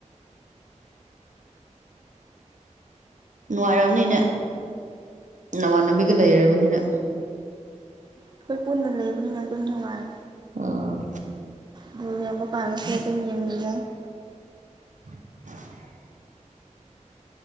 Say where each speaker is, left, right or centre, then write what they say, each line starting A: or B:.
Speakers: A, on the right; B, on the right.
A: ꯅꯨꯡꯉꯥꯏꯔꯑꯔꯕꯅꯤꯅꯦ ꯅꯃꯥꯟꯅꯕꯤꯒ ꯂꯩꯔꯕꯅꯤꯅ
B: ꯑꯩꯈꯣꯏ ꯄꯨꯟꯅ ꯂꯩꯕꯅꯤꯅ ꯑꯗꯨꯝ ꯅꯨꯡꯉꯥꯏ
A: ꯑꯣ
B: ꯕꯨ ꯌꯥꯝꯕ ꯄꯔꯁꯨ ꯑꯗꯨꯨꯝ ꯌꯦꯡꯃꯤꯉꯏ <unintelligible>
A: <inaudible>